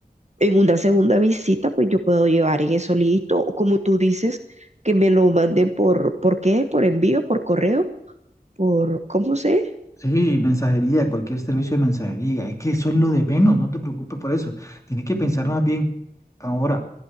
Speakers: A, on the right (about 45°); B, on the left (about 20°).
A: en una segunda visita, pues yo puedo llevar en eso listo. O como tú dices, que me lo manden por, ¿por qué? ¿Por envío? ¿Por correo? ¿Por, cómo sé?
B: Sí, mensajería, cualquier servicio de mensajería. Es que eso es lo de menos, no te preocupes por eso. Tienes que pensar más bien, ahora,